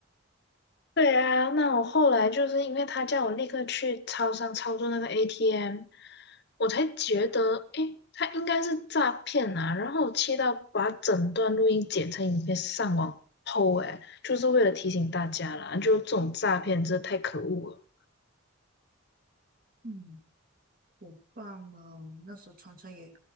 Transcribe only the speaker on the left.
对啊，那我后来就是因为他叫我立刻去超商操作那个 ATM，我才觉得，诶，他应该是诈骗啊。然后我气到把整段录音剪成影片上网 po，诶，就是为了提醒大家啦，就这种诈骗真的太可恶了。